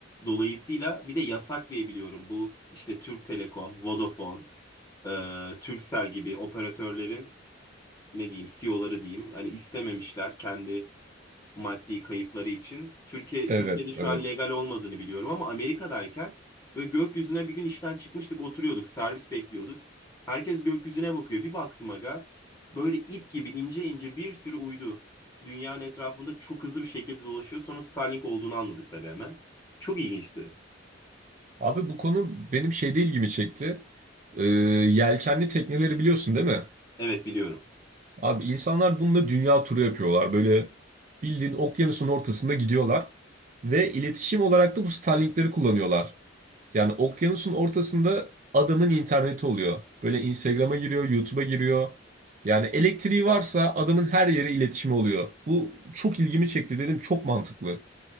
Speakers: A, on the left (about 15°); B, on the right (about 40°).
A: Dolayısıyla bir de yasak diye biliyorum. Bu işte Türk Telekom, Vodafone, e, Turkcell gibi operatörlerin ne diyeyim CEO'ları diyeyim. Hani istememişler kendi maddi kayıpları için. Türkiye
B: Evet,
A: Türkiye'de şu
B: evet.
A: an legal olmadığını biliyorum ama Amerika'dayken böyle gökyüzüne bir gün işten çıkmıştık, oturuyorduk, servis bekliyorduk. Herkes gökyüzüne bakıyor. Bir baktım aga böyle ip gibi ince ince bir sürü uydu dünyanın etrafında çok hızlı bir şekilde dolaşıyor. Sonra Starlink olduğunu anladık tabii hemen. Çok ilginçti.
B: Abi bu konu benim şeyde ilgimi çekti. Ee, yelkenli tekneleri biliyorsun değil mi?
A: Evet biliyorum.
B: Abi insanlar bununla dünya turu yapıyorlar. Böyle bildiğin okyanusun ortasında gidiyorlar. Ve iletişim olarak da bu Starlink'leri kullanıyorlar. Yani okyanusun ortasında adamın interneti oluyor. Böyle Instagram'a giriyor, YouTube'a giriyor. Yani elektriği varsa adamın her yere iletişimi oluyor. Bu çok ilgimi çekti dedim, çok mantıklı.